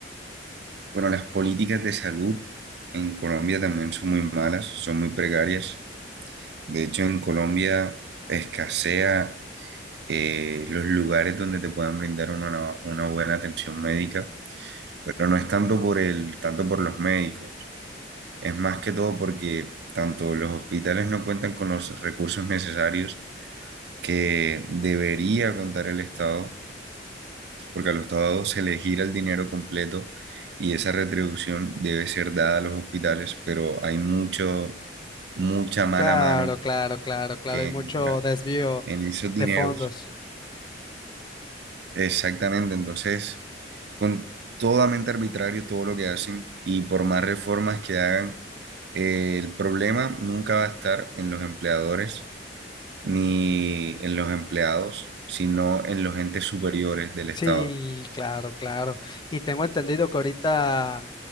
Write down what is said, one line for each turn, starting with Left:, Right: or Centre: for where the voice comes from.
Right: Bueno, las políticas de salud en Colombia también son muy malas, son muy precarias. De hecho, en Colombia escasea eh, los lugares donde te puedan brindar una, una buena atención médica, pero no es tanto por el, tanto por los médicos, es más que todo porque tanto los hospitales no cuentan con los recursos necesarios que debería contar el Estado, porque al Estado se le gira el dinero completo y esa retribución debe ser dada a los hospitales, pero hay mucho, mucha mala
Left: Claro,
Right: mano
Left: claro, claro, claro.
Right: que
Left: Hay mucho
Right: entra
Left: desvío
Right: en esos dineros
Left: de fondos.
Right: Exactamente, entonces, con totalmente arbitrario todo lo que hacen y por más reformas que hagan, eh, el problema nunca va a estar en los empleadores ni en los empleados, sino en los entes superiores del
Left: Sí,
Right: Estado.
Left: claro, claro. Y tengo entendido que ahorita